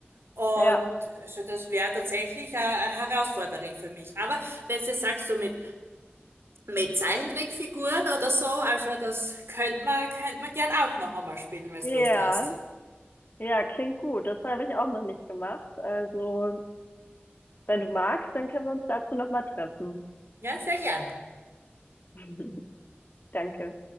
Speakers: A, on the right (about 75°); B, on the left (about 50°).
A: Und
B: ja.
A: also das wäre tatsächlich eine eine Herausforderung für mich. Aber wenn du jetzt sagst, so mit, mit Zeichentrickfiguren oder so, also das könnte man, könnte man gern auch noch einmal spielen, wenn
B: Ja,
A: du Lust hast.
B: ja, klingt gut. Das habe ich auch noch nicht gemacht. Also, wenn du magst, dann können wir uns dazu nochmal treffen.
A: Ja, sehr gern.
B: <laughs> Danke.